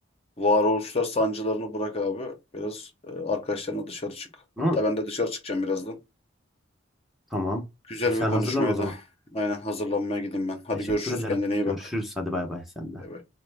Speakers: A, on the left; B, in the centre.
A: Varoluşlar sancılarını bırak abi. Biraz e, arkadaşlarına dışarı çık. Hatta
B: Ama
A: ben de dışarı çıkacağım birazdan.
B: tamam.
A: Güzel
B: Sen
A: bir konuşmaya
B: hazırlan o zaman.
A: da aynen hazırlanmaya gideyim ben. Hadi
B: Teşekkür
A: görüşürüz.
B: ederim.
A: Kendine iyi
B: Görüşürüz.
A: bak.
B: Hadi bay bay sen de.
A: Bay bay.